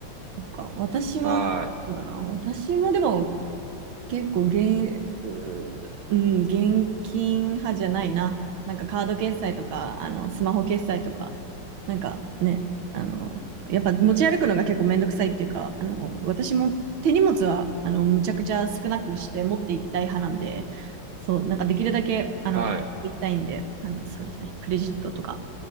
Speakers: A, on the right; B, on the right.
A: そっか、私は、
B: はい。
A: そうだな、私もでも結構現、うーうん、現金派じゃないな。なんかカード決済とか、あの、スマホ決済とか、なんかね、あの、やっぱ持ち歩くのが結構めんどくさいっていうか、あの、私も手荷物は、あの、むちゃくちゃ少なくして持っていきたい派なんで、そう、なんかできるだけ、あの、
B: はい。
A: 買っていきたいんで、あの、そうですね、クレジットとか、